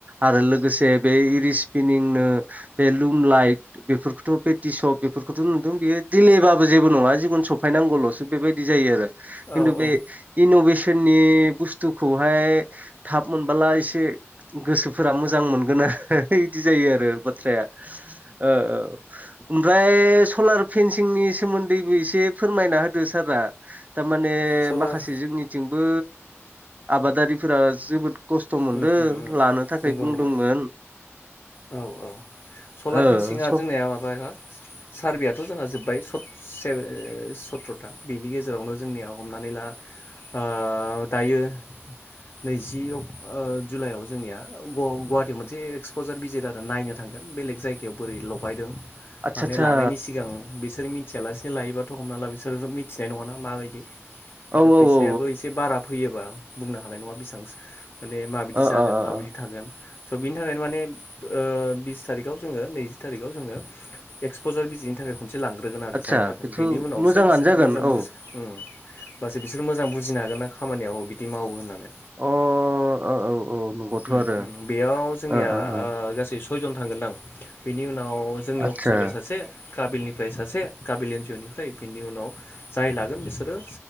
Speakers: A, on the right; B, on the left.
A: आरो लोगोसे बे इरि सिपिनिंनो। बे लुम लाइट बेफोरखौथ' बे टिसप बेफोरखौथ' नुदों बेयो। दिलेबाबो जेबो नङा जिखुनु सफायनांगौल'सो बेबायदि जायो आरो खिन्थु
B: औ
A: बे।
B: औ ओ
A: इन'भेसननि बुस्थुखौहाय थाब मोनबोला एसे। गोसोफोरा मोजां मोनगोन आरो बिदि जायो आरो बाथ्राया ओ ओ ओमफ्राय सलार फेनसिंनि सोमोन्दैबो एसे फोरमायना होदो सारा थारमाने
B: सलार
A: माखासे जोंनिथिंबो आबादारिफोरा जोबोद खस्थ' मोनदों
B: उम उम उम
A: लानो थाखाय
B: नंगौ
A: बुंदोंमोन।
B: नंगौ औ औ सलार
A: ओ
B: फेनसिंआ
A: स
B: जोंनिया माबा सारभेआथ' जोंहा जोब्बाय से सथ्र'था बेनि गेजेरावनो जोंनिया हमनानै ला आ दायो नैजि अ जुलाइआव जोंनिया गुवाहाटटियाव मोनसे एक्सप कजार बिजिर आरो नायनो थांगोन बेलेग जायगायाव बोरै लगायदों
A: आदसा
B: माने लानायनि
A: आदसा
B: सिगां बिसोर मिथियालासिनो लायोबाथ' हमना ला बिसोर मिथिनाय नङाना माबायदि आरो
A: ओ
B: फैसायाबो
A: औ औ
B: एसे बारा फैयोबा बुंनो हानाय नङा बेसेबां माने माबायदि
A: औ
B: जागोन
A: औ ओ ओ
B: माबायदि
A: ओ
B: थागोन स' बिनि थाखायनो माने बिस थारिखआव जोङो नैजि थारिखआव जोङो एक्सपजार बिजिनि थाखाय खनथ मोनसे लांग्रोगोन आरो
A: आदसा
B: जाय लागोन
A: बेथ'
B: बेनि उनावसो
A: मोजाङानो
B: बिसोरो
A: जागोन
B: मोजां
A: औ
B: बुज ओम होमबासो बिसोर मोजां बुजिनो हागोन ना खामानियाव बिदि मावो होननानै।
A: अ ओ औ औ नंगौथ'
B: ओम
A: आरो
B: ओम बेयाव जोंनिया
A: ओ ओ ओ
B: गासै सयजन थांगोनदां बेनि उनाव जोंनि
A: आदसा
B: अफिसनिफ्राय सासे काबिलनिफ्राय सासे काबिल एन जि अ निफ्राय बिनि उनाव जाय लागोन बिसोरो